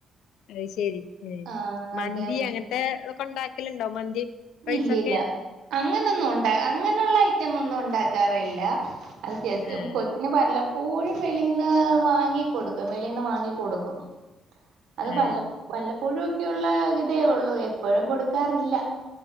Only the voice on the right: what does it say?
ആ
അതെ
ഇല്ല ഇല്ല അങ്ങനൊന്നും ഒണ്ട അങ്ങനുള്ള ഐറ്റം ഒന്നും ഒ ണ്ടാക്കാറില്ല അത് ജസ്റ്റ്
കൊച്ചിന് വല്ല പ്പോഴും വെളീന്ന് വാങ്ങികൊടുക്കും വെളീന്ന് വാങ്ങികൊടുക്കും അത്
വല്ല വല്ലപ്പോഴുഒക്കെയുള്ള ഇതേ ഉള്ളൂ എപ്പൊഴും കൊടുക്കാറില്ല